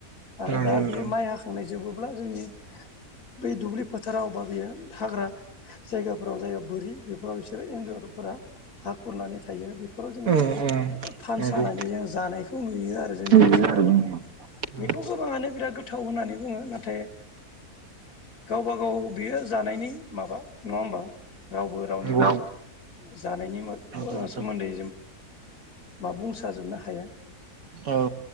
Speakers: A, on the left (about 75°); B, on the right (about 65°).
A: आरो
B: नंगौ
A: दा
B: नोंथां
A: बेयो माइ हाखांनाय जोबोब्ला जोंनि बै दुब्लि फोथाराव बा बेयो हाग्रा जायगाफोराव जायो बोरि बेफोराव फिसोरो एन्जरफोरा हा खुरनानै थायो जो
B: उम उम
A: फानसानानै
B: नंगौ
A: जोङो जानायखौ नुयो आरो जोंनि
B: बिदिनो
A: ओनसोलाव
B: आरो जोंनि नंगौ
A: बेखौ गोबाङानो बिराद गोथाव होननानै बुङो नाथाय गावबा गाव बियो जानायनि माबा नङा होमबा रावबो रावनिबो
B: नंगौ
A: जानायनि
B: नंगौ नोंथां
A: सोमोन्दै बा बुंसाजोबनो हाया
B: औ